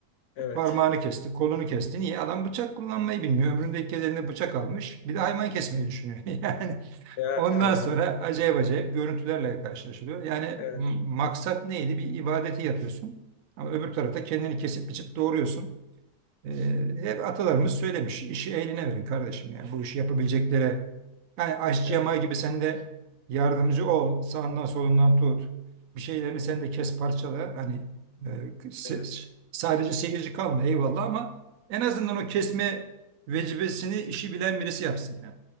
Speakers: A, on the left; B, on the right.
A: Evet.
B: Parmağını kesti, kolunu kesti. Niye? Adam bıçak kullanmayı bilmiyor. Ömründe ilk kez eline bıçak almış. Bir de hayvan kesmeyi düşünüyor. <laughs> Yani
A: Yani
B: ondan
A: evet.
B: sonra acayip acayip görüntülerle karşılaşılıyor. Yani
A: Evet.
B: m- maksat neydi? Bir ibadeti yapıyorsun. Ama öbür tarafta kendini kesip biçip doğuruyorsun. Ee, hep atalarımız söylemiş. işi eline verin kardeşim yani. Bu işi yapabileceklere yani aşçı
A: Evet.
B: yamağı gibi sen de yardımcı ol. Sağından solundan tut. Bir şeylerini sen de kes parçala. Hani e, se-
A: Evet.
B: sadece seyirci kalma eyvallah ama en azından o kesme vecibesini işi bilen birisi yapsın yani.